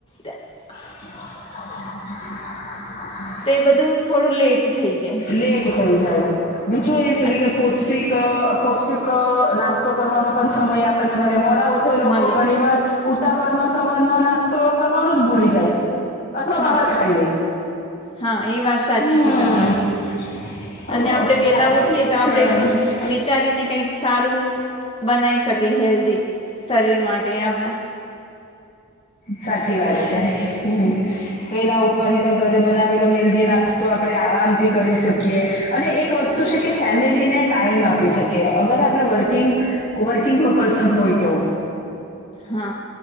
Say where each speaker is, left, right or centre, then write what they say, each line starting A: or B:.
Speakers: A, on the left; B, on the left.
A: તે આ
B: <inaudible>
A: તો એ બધું થોડું લેટ થઈ જાય
B: લેટ થઈ જાય બીજું એ શ
A: અને
B: કે પોસ પોસ્ટિક અ પૌષ્ટિક અ નાસ્તો કરવાનો પણ સમય આપણને મળે મોડા ઉ લોકો
A: મળે
B: ઘણી વાર ઉતાવર માં સવાર નો નાસ તો કરવાનું જ ભૂલી જાય અથવા
A: હા
B: બહાર ખાઈ લે.
A: હા એ વાત સાચી
B: હમ
A: છે તમારી
B: આવો
A: અને
B: આવો
A: આપણે વેલા ઉઠીએ તો આપડે
B: હા
A: વિચારીને કંઈક સારું બનાવી શકે હેલ્ધી શરીર માટે આપણા.
B: સાચી વાત છે હમ્મ. પેલા ઉઠવાથી તો ઘરે બનાવેલો હેલ્ધી નાસ્તો આપડણે આરામથી કરી શકીએ. અને એક વસ્તુ છે કે ફેમિલીને ટાઈમ આપી શકીએ અગર આપણે વર્કિંગ વર્કિંગ પર્સન હોય તો.
A: હા